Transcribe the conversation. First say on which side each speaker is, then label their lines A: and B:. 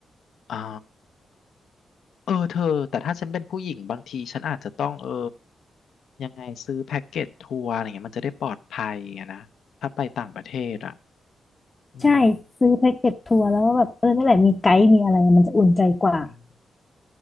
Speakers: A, on the left; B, on the left.
A: อ๋อ เออเธอแต่ถ้าฉันเป็นผู้หญิงบางทีฉันอาจจะต้องเออยังไงซื้อแพ็กเกจทัวร์อะไรเงี้ยมันจะได้ปลอดภัยอะนะถ้าไปต่างประเทศอ่ะอืม
B: ใช่ซื้อแพ็กเกจทัวร์แล้วก็แบบเออนั่นแหละมีไกด์มีอะไรมันจะอุ่นใจกว่า
A: อืม